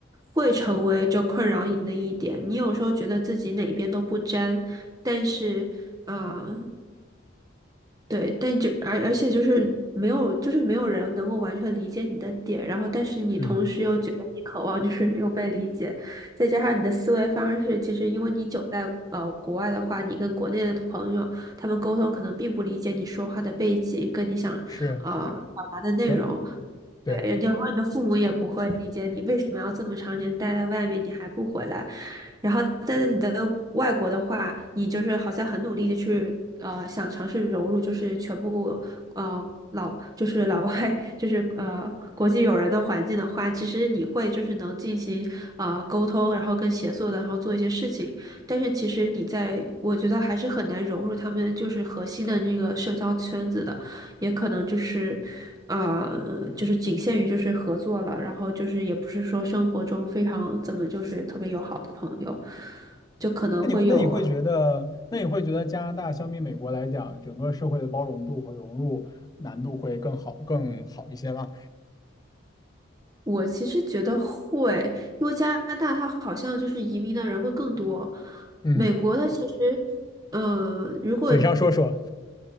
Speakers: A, on the right (about 20°); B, on the left (about 20°).
A: 会成为就困扰你的一点。你有时候觉得自己哪边都不沾，但是，啊。对，但就而而且就是没有，就是没有人能够完全理解你的点，然后但是你同时又觉得你渴望就是没有被理解，
B: 嗯，
A: 再加上你的思维方式，其实因为你久在呃国外的话，你跟国内的朋友他们沟通可能并不理解你说话的背景，跟你想呃表达的内容。
B: 是，对，对。
A: 对，人家说你的父母也不会理解你为什么要这么长时间待在外面，你还不回来。然后在是你的外国的话，你就是好像很努力的去呃想尝试融入，就是全部呃老就是老外就是呃国际友人的环境的话，其实你会就是能进行呃沟通，然后跟协作的，然后做一些事情。但是其实你在我觉得还是很难融入他们就是核心的这个社交圈子的，也可能就是啊，呃就是仅限于就是合作了，然后就是也不是说生活中非常怎么就是特别友好的朋友，就可能会有。
B: 那你会那你会觉得，那你会觉得加拿大相比美国来讲，整个社会的包容度和融入难度会更好更好一些吗？
A: 我其实觉得会，因为加拿大它好像就是移民的人会更多，
B: 嗯，
A: 美国它其实，呃，如果
B: 嘴上说说，